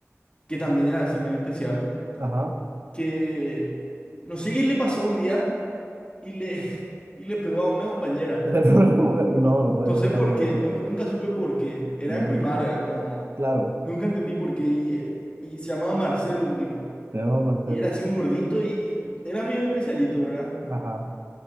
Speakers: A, on the left; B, on the right.
A: que también era así medio especial,
B: Ajá.
A: que no sé qué le pasó un día y le, <laughs> y le pegó a una compañera.
B: <laughs> No, no puede,
A: No sé
B: eso está
A: por
B: muy
A: qué,
B: mal.
A: nu- nunca supe por qué. Era
B: Ujú.
A: en primaria, no,
B: Claro,
A: nunca entendí por qué. Y, eh, y se llamaba Marcelo el tipo.
B: tenemos a Marcelo.
A: Y era así un gordito y era medio especialito, ¿verdad?
B: Ajá.